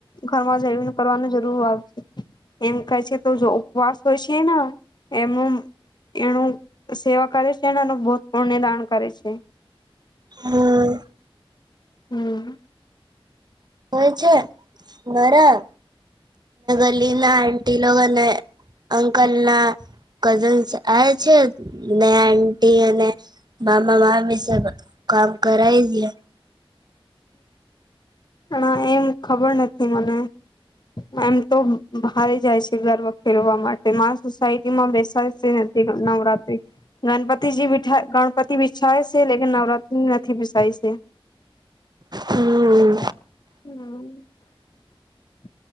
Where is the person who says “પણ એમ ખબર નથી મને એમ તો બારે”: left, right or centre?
Left